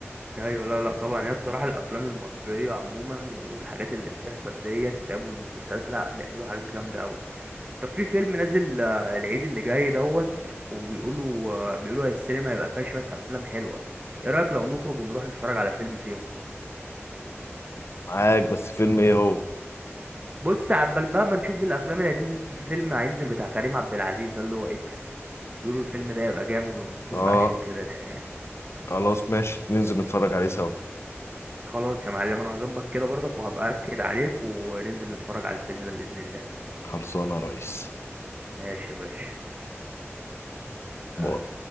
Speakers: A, on the right; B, on the left.
A: ايوه لا لا طبعا هي بصراحه الافلام المصريه عموما والحاجات اللي بتحصل ديت فاهم والمسلسلات لا بيعملوا حاجات جامده قوي طب في فيلم نازل آه، العيد اللي جاي دوت وبيقولوا آه، بيقولوا السينما هيبقى فيها شويه افلام حلوه ايه رايك لو نخرج ونروح نتفرج على فيلم فيهم
B: معاك بس فيلم ايه هو
A: بص عبال بقى ما نشوف الافلام اللي هتنزل في فيلم هينزل بتاع كريم عبد العزيز ده اللي هو اكس بيقولوا الفيلم ده يبقى جامد ومصروف
B: اه
A: عليه وكده يعني
B: خلاص ماشي ننزل نتفرج عليه سوا
A: خلاص يا معلم انا هظبط كده برضك وهبقى اكد عليك وننزل نتفرج على الفيلم ده باذن الله
B: خلصانه يا ريس
A: ماشي يا باشا سلام
B: باي.